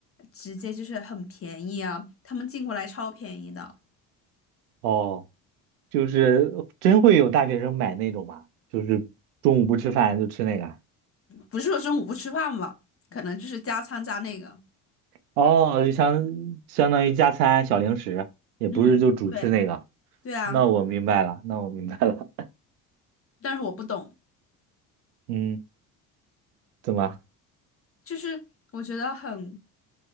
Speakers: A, on the left; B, on the right.
A: 直接就是很便宜啊，他们进过来超便宜的，
B: <laughs> 哦，就是真会有大学生买那种吗？就是中午不吃饭就吃那个？
A: 不是说中午不吃饭吧，可能就是加餐加那个，
B: 哦，就相相当于加餐小零食，也不是就主吃那个。
A: 嗯，对对啊，
B: 那我明白了，那我明白了。
A: 但是我不懂，
B: <laughs> 嗯，怎么？
A: 就是我觉得很，